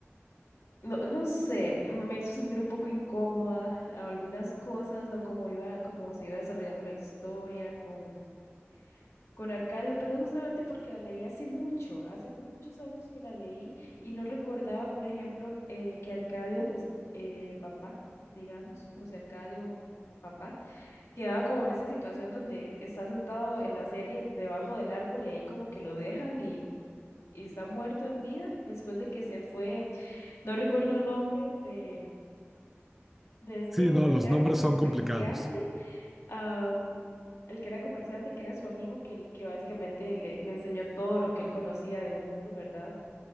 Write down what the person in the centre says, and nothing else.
Sí, no,
los
nombres
son
complicados.